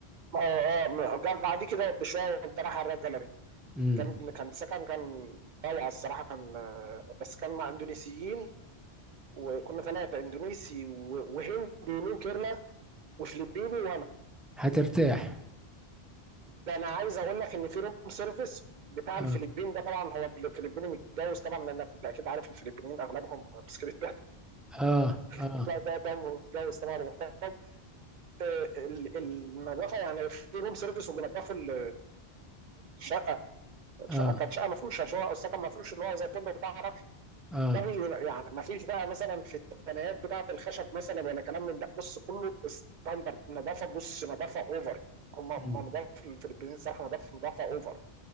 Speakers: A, on the right (about 50°); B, in the centre.
A: اه اه م- جنب بعديه كده بشويه وانت رايح على الراب جاليري
B: امم
A: كان كان سكن كان ضايع الصراحه كان آه، بس كان مع اندونيسيين وكنا ثلاثه اندونيسي و- وهندي من كيرلا وفلبيني وانا
B: هترتاح
A: ده انا عايز اقول لك ان في روم سيرفيس بتاع
B: اه
A: الفلبين ده طبعا هو الفلبيني متجوز طبعا لانك انت اكيد عارف الفلبينيين اغلبهم بسكريت
B: اه
A: <laughs>
B: اه
A: لا ده ده متجوز طبعا ومحترم آه، ال- النظافه يعني في روم سيرفيس وبينضفوا ال- الشقه الشقه
B: اه
A: كانت شقه مفروشه شقه او سكن مفروش اللي هو زي الفندق بتاع الرقم
B: اه
A: ده بي- يعني ما فيش بقى مثلا في التنايات بتاعه الخشب مثلا ولا كلام من ده بص كله ستاندرد نظافه بص نظافه اوفر هم هم
B: امم
A: نظافه الفلبينيين صراحه نظافه نظافه اوفر